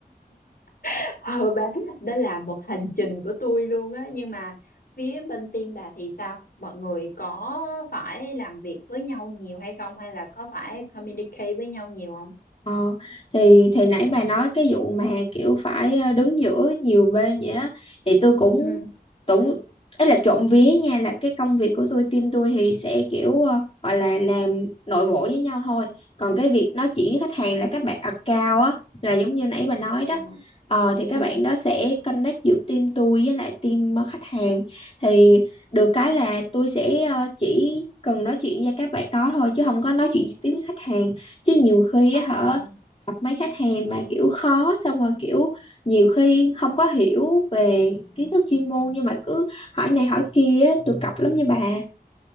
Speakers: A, on the left (about 65°); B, on the left (about 35°).
A: <laughs> ờ, bà đó là một hành trình của tôi luôn á nhưng mà phía bên team bà thì sao mọi người có phải làm việc với nhau nhiều hay không hay là có phải communicate với nhau nhiều không
B: Ờ, thì thì nãy bà nói cái vụ mà kiểu phải ờ, đứng giữa nhiều bên vậy đó thì tôi cũng
A: ừ
B: cũng ấy là trộm vía nha là cái công việc của tôi team tôi thì sẽ kiểu ờ, gọi là làm nội bộ với nhau thôi còn cái việc nói chuyện với khách hàng là các bạn account á là giống như nãy bà nói đó
A: à
B: ờ, thì các
A: ừ
B: bạn đó sẽ connect giữa team tôi với lại team ờ, khách hàng thì được cái là tôi sẽ ờ, chỉ cần nói chuyện với các bạn đó thôi chứ không có nói chuyện trực tiếp với khách hàng chứ nhiều khi
A: ờ
B: á hả gặp mấy khách hàng mà kiểu khó xong rồi kiểu nhiều khi không có hiểu về kiến thức chuyên môn nhưng mà cứ hỏi này hỏi kia á, tôi cọc lắm nha bà